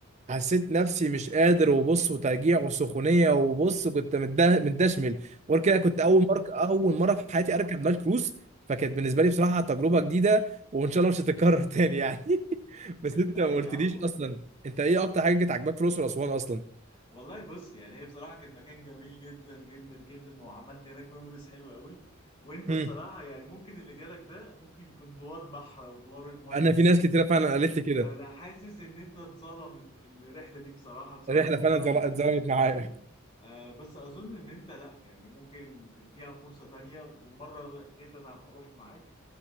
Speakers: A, on the right; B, on the left.
A: حسيت نفسي مش قادر وبص وترجيع وسخونيه وبص كنت متده- متدشمل وغير كده كنت اول مره اول مره
B: <laughs>
A: في حياتي اركب نايل كروز فكانت بالنسبه لي بصراحه تجربه جديده وان شاء الله مش هتتكرر تاني يعني <laughs> بس انت
B: لا
A: ما
B: يا
A: قلتليش
B: عم
A: اصلا انت ايه اكتر حاجه كانت عاجباك في الاقصر واسوان اصلا
B: والله بص يعني هي بصراحة كان مكان جميل جدا جدا جدا وعملت هناك ميموريز حلوة قوي وانت
A: امم
B: بصراحة يعني ممكن اللي جالك ده ممكن يكون دوار بحر او دوار المية
A: انا في ناس كتيره
B: فاهم
A: فعلا قالت لي كده
B: فانا حاسس ان انت اتظلمت الرحلة دي بصراحة بسبب
A: الرحله
B: موضوع
A: فعلا اتظل-
B: ال-
A: اتظلمت
B: النيل
A: معايا
B: آه بس اظن ان انت لا يعني ممكن تديها فرصة تانية والمرة ديت انا هبقى اروح معاك